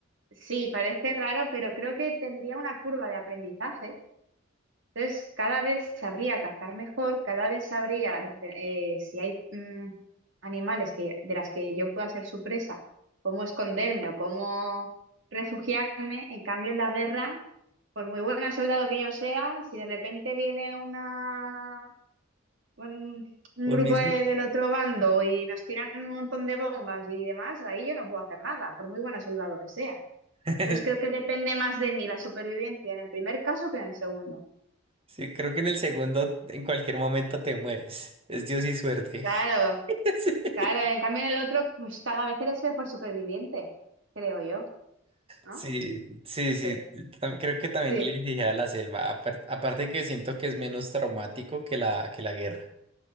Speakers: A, on the right; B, on the right.
A: sí, parece raro, pero creo que tendría una curva de aprendizaje. Entonces, cada vez sabría cazar mejor, cada vez sabría defe- eh, si hay mm, animales que, de las que yo pueda ser su presa, cómo esconderme o cómo refugiarme. En cambio, en la guerra, por muy buen soldado que yo sea, si de repente viene una, un, un grupo
B: Un misil.
A: de- del otro bando y nos tiran un montón de bombas y demás, ahí yo no puedo hacer nada, por muy buen soldado que sea.
B: <laughs>
A: Entonces, creo que depende más de mí la supervivencia en el primer caso que en el segundo.
B: Sí, creo que en el segundo, en cualquier momento te mueres. Es Dios y suerte.
A: Claro.
B: <laughs>
A: Claro, en cambio en el otro, pues cada vez eres mejor superviviente, creo yo, ¿no?
B: Sí, sí,
A: Sí,
B: sí. sí, tam- Creo que también
A: sí,
B: le dije a la selva. apar- Aparte que siento que es menos traumático que la, que la guerra.